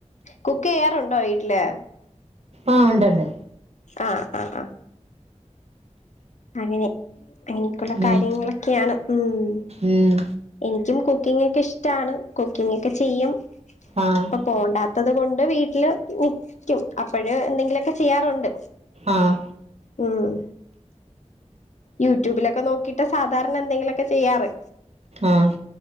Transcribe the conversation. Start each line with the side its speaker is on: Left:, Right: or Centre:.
Left: കുക്ക് ചെയ്യാറുണ്ടോ വീട്ടില്
Right: ആഹ ഉണ്ട ഉണ്ട്
Left: ആഹ ആഹ ആ അങ്ങനെ അങ്ങനക്കുള്ള
Right: ഉം
Left: കാര്യങ്ങളൊക്കെയാണ് ഉം
Right: ഉം
Left: എനിക്കും കുക്കിംഗ്‌ ഒക്കെ ഇഷ്ടമാണ്. കുക്കിംഗ്ക്കെ ചെയ്യും
Right: ആഹ്
Left: ഇപ്പൊ പോണ്ട ത്തത് കൊണ്ട് വീട്ടില് നിക്കും. അപ്പോഴ് എന്തെങ്കിലുമൊക്കെ ചെയ്യാറുണ്ട്
Right: ആഹ
Left: ഉം, യൂട്യൂബിലൊക്കെ നോക്കിട്ട് സാധാരണ എന്തെങ്കിലുമൊക്കെ ചെയ്യാറ്
Right: ആഹ്